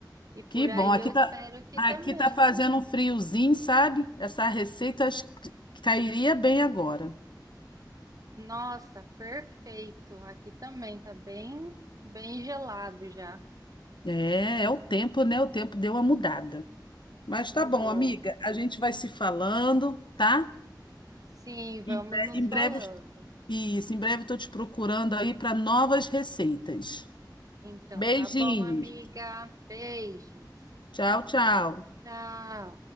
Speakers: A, on the right; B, on the left.
A: E por
B: Que bom.
A: aí
B: Aqui
A: eu espero
B: tá,
A: que
B: aqui
A: também.
B: tá fazendo um friozinho, sabe? Essa receita acho que cairia bem agora.
A: Nossa, perfeito. Aqui também tá bem, bem gelado já.
B: É, é o tempo, né? O tempo deu uma mudada. Mas
A: Mudou.
B: tá bom, amiga. A gente vai se falando, tá?
A: Sim, vamos
B: Em, bre-
A: nos
B: em
A: falando.
B: breve, eu est- isso, em breve eu tô te procurando aí para novas receitas.
A: Então,
B: Beijinhos.
A: tá bom, amiga. Beijos.
B: Tchau, tchau.
A: Tchau.